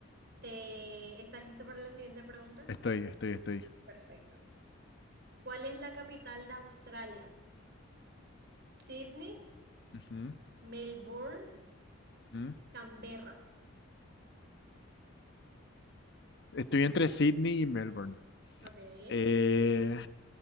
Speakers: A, on the right; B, on the left.
A: ¿Te, estás listo para la siguiente pregunta?
B: Estoy, estoy, estoy.
A: Perfecto. ¿Cuál es la capital de Australia? Sydney,
B: Ujú,
A: Melbourne,
B: ujú.
A: Canberra.
B: Estoy entre Sydney y Melbourne.
A: Ok.
B: Eh,